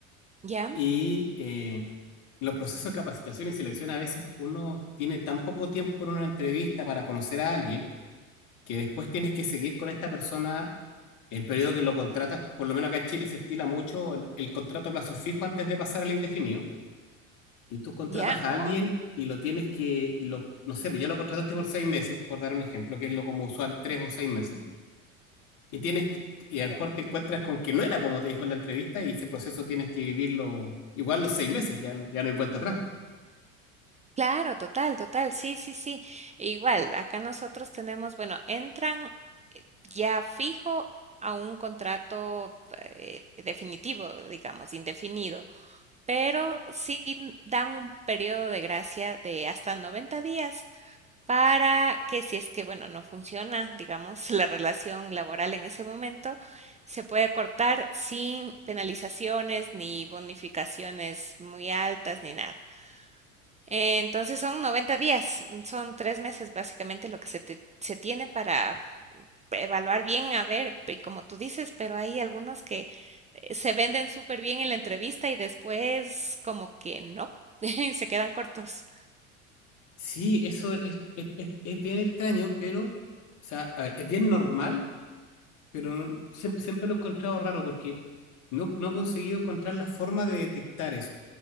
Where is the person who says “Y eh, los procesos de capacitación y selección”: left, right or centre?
Left